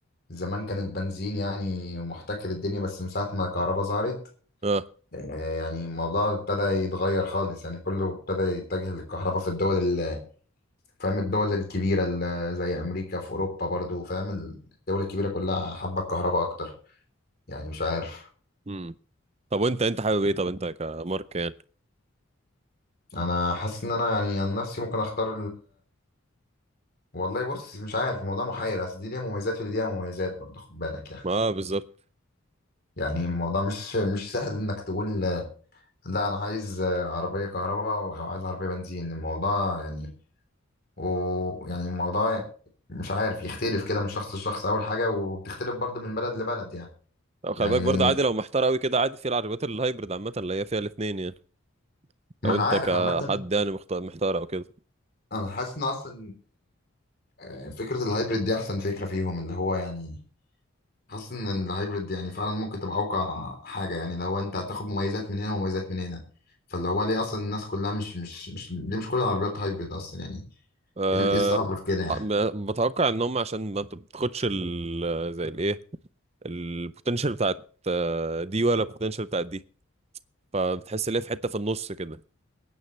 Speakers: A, on the left (about 45°); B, on the right (about 30°).
A: زمان كان البنزين يعني محتكر الدنيا بس من ساعة ما الكهرباء ظهرت
B: اه
A: آه، يعني الموضوع ابتدى يتغير خالص يعني كله ابتدى يتجه للكهرباء في الدول ال- فاهم الدول الكبيرة ال- زي أمريكا في أوروبا برضو فاهم الدول الكبيرة كلها حابة الكهرباء أكتر يعني مش عارف
B: امم طب وانت انت حابب ايه طب انت كمارك يعني؟
A: أنا حاسس إن أنا يعني عن نفسي ممكن أختار والله بص مش عارف الموضوع محير اصل دي ليها مميزات ودي ليها مميزات برضه خد بالك يعني
B: ما اه بالظبط
A: يعني الموضوع مش مش سهل انك تقول آه، لا انا عايز آه، عربيه كهرباء او أو عايز عربيه بنزين الموضوع يعني ويعني الموضوع مش عارف يختلف كده من شخص لشخص اول حاجه وبتختلف برضه من بلد لبلد يعني
B: طب خلي
A: يعني
B: بالك برضه عادي لو محتار قوي كده عادي في العربيات الهايبرد عامة اللي هي فيها الاتنين يعني لو
A: ما انا
B: انت
A: عارف
B: كحد
A: عامه
B: يعني مختار محتار او كده
A: انا حاسس ان اصلا آه، فكره الهايبريد دي احسن فكره فيهم اللي هو يعني حاسس ان الهايبرد يعني فعلا ممكن تبقى اوقع حاجه يعني لو انت هتاخد مميزات من هنا ومميزات من هنا فاللي هو ليه اصلا الناس كلها مش مش مش ليه مش كل العربيات هايبرد اصلا يعني
B: أه
A: ايه إيه الصعب في كده يعني
B: م- بتوقع ان هم عشان ما بت- بتاخدش ال زي الايه البوتنشال بتاعت آه، دي ولا البوتنشال بتاعت دي فبتحس ان هي في حتة في النص كده